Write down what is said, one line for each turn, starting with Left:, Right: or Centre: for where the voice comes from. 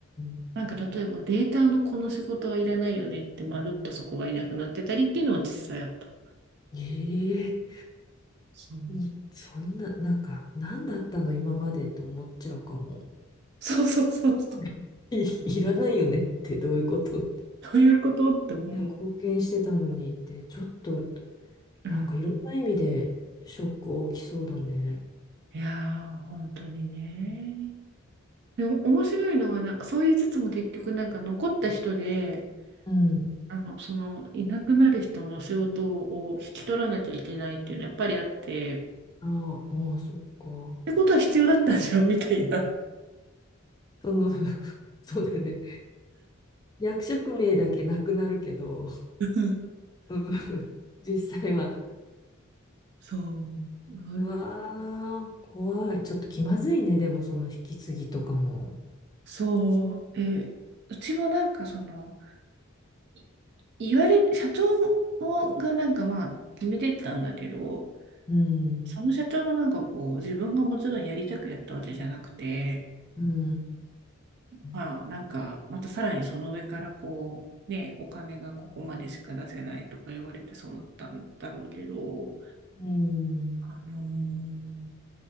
Left: ん。
Right: なんか例えばデータのこの仕事はいらないよねってまるっとそこがいなくなってたりっていうのは実際あった。
Left: ええ
Right: そう、
Left: うんそんな、なんか、何だったの今までって思っちゃうかも。
Right: そうそうそうそう。
Left: <laughs> い、いらないよねってどういうことって。
Right: どういうことって思う。
Left: みんな貢献してたのにって、ちょっと、
Right: うん。
Left: なんかいろんな意味でショック大きそうだね。
Right: いやー、本当にね。でも面白いのはなんかそう言いつつも結局なんか残った人で、
Left: うん。
Right: あの、その、いなくなる人の仕事を引き取らなきゃいけないっていうのはやっぱりあって、っ
Left: ああ、ああ、そっか。
Right: てことは必要だったじゃん、みたいな。
Left: その <laughs> そうだね。役職名だけなくなるけど、
Right: うん
Left: うん、実際は。
Right: そう、なる
Left: うわー、怖い。ちょっと気まずいね、でもその引き継ぎとかも。
Right: そう、え、うちもなんかその、い言われ、社長がなんかまあ決めてたんだけど、
Left: うん。
Right: その社長もなんかこう、自分がもちろんやりたくやったわけじゃなくて、
Left: うんう
Right: まあなんか、
Left: ん
Right: またさらにその上からこう、ね、お金がここまでしか出せないとか言われてそうなったんだろうけど、
Left: うんうん。
Right: あのー